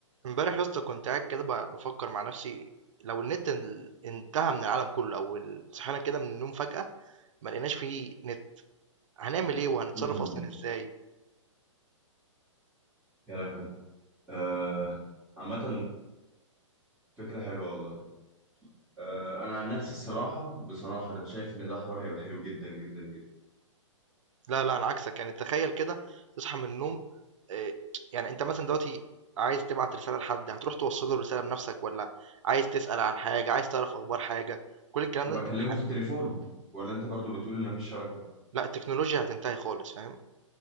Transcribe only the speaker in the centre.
امم
يا لهوي آه عامة فكرة حلوة والله آه أنا عن نفسي الصراحة بصراحة أنا شايف إن ده حوار هيبقى حلو جدا جدا جدا
هبقى
أكلمه
في التليفون ولا أنت برضو بتقول إن مفيش شبكة؟